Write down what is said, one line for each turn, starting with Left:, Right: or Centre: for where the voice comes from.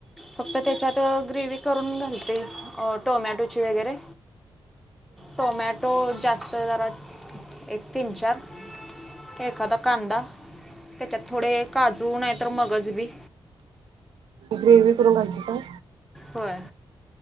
Centre: फक्त त्याच्यात ग्रेवी करून घालते टोमॅटोची वगैरे टोमॅटो जास् तं जरा. एक तीन चार. एखादा कांदा. त्याच्यात थोडे काजू नाय तर मगज.. व्ही..
Right: ग्रेवी करून घालता कां?
Centre: होय